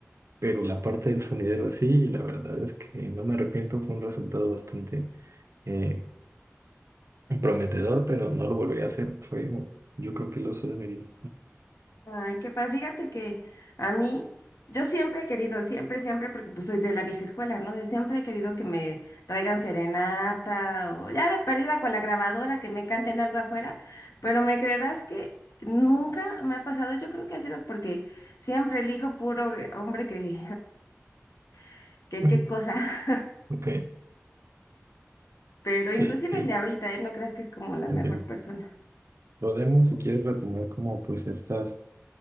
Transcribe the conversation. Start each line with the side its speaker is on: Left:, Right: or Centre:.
Right: Pero la parte del sonidero sí, la verdad es que no me arrepiento, fue un resultado bastante eh, prometedor, pero no lo volvería a hacer, fue yo creo que el oso de mi vida.
Left: Ay, qué padre. Fíjate que a mí, yo siempre he querido, siempre, siempre, porque pues soy de la vieja escuela, ¿no? De Siempre he querido que me traigan serenata o ya de perdida con la grabadora, que me canten algo afuera, pero me creerás que nunca me ha pasado. Yo creo que ha sido porque siempre elijo puro eh, hombre que, <laughs> que
Right: Mm,
Left: qué cosa.
Right: Ok,
Left: <laughs> Pero
Right: sí,
Left: inclusive
Right: sí,
Left: el de ahorita, ¿eh? No creas que es como la
Right: entiendo.
Left: mejor persona.
Right: Podemos, si quieres, retomar como pues estas